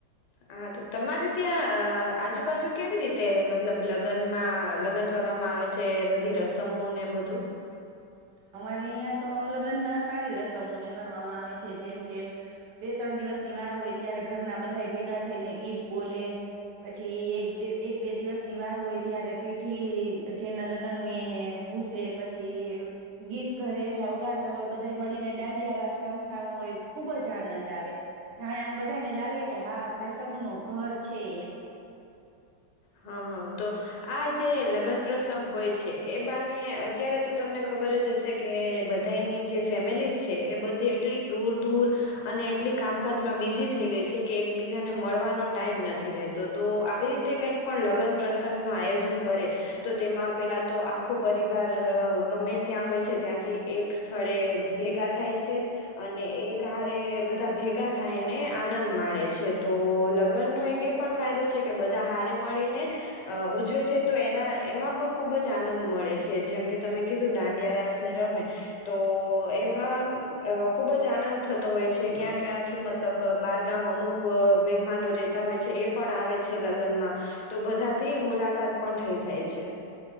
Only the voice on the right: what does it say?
અમારે અહિયાં તો લગનમાં સારી રસમોને કરવામાં આવે છે. જેમ કે, બે ત્રણ દિવસની વાર હોય ત્યારે ઘરના બધા ભેગા થઈને ગીત બોલે, પછી એક બે એક બે દિવસની વાર હોય ત્યારે પીઠી-ઠી-ઠી પછી એના લગન હોય એને ભૂસે પછી. ગીત ઘરે એટલા વગાડતા હોય બધાય મળીને, દાંડિયા રાસ રમતા હોય ખુબ જ આનંદ આવે, જાણે આમ બધાયને લાગે કે હા પ્રસંગ નું ઘર છે એમ.